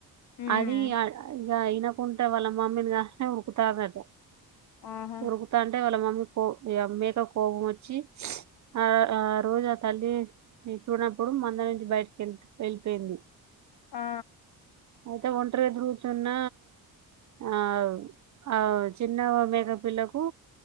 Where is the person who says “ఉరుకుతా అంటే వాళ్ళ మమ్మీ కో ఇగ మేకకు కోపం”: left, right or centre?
Right